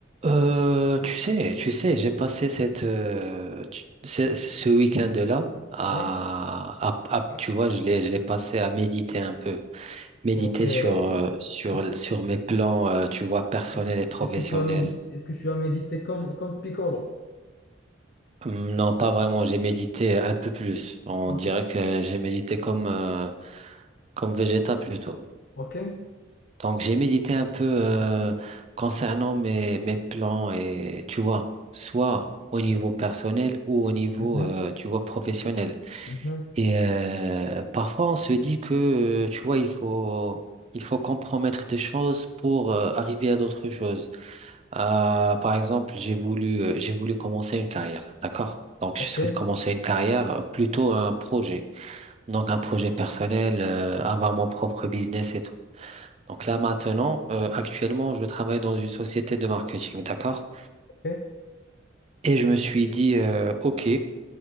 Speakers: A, on the right (about 35°); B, on the left (about 55°).
A: Euh, tu sais, tu sais, j'ai passé cette, euh, tu- ce, ce week-end-là à,
B: Oui,
A: à, à- tu vois, je l'ai, je l'ai passé à méditer un peu, méditer
B: ok. Est-ce
A: sur, euh, sur,
B: que,
A: sur mes plans, euh, tu vois, personnels
B: est-ce que tu,
A: et professionnels.
B: est-ce que tu as médité, est-ce que tu as médité comme, comme Piccolo?
A: Hum, Non, pas vraiment, j'ai médité un peu plus. On
B: Ok,
A: dirait que j'ai médité comme, euh, comme Vegeta plutôt.
B: ok.
A: Donc, j'ai médité un peu euh, concernant mes, mes plans et tu vois, soit au niveau personnel ou au niveau,
B: Mhm,
A: euh, tu vois, professionnel.
B: mhm.
A: Et euh, parfois, on se dit que, euh, tu vois, il faut, il faut compromettre des choses pour euh, arriver à d'autres choses. Euh, par exemple, j'ai voulu, euh, j'ai voulu commencer une carrière, d'accord? Donc,
B: Ok,
A: je souhaite commencer une carrière, euh, plutôt un projet. Donc, un projet personnel, euh, avoir mon propre business et tout. Donc là maintenant, euh, actuellement, je travaille dans une société de marketing, d'accord?
B: ok.
A: Et je me suis dit, euh, ok,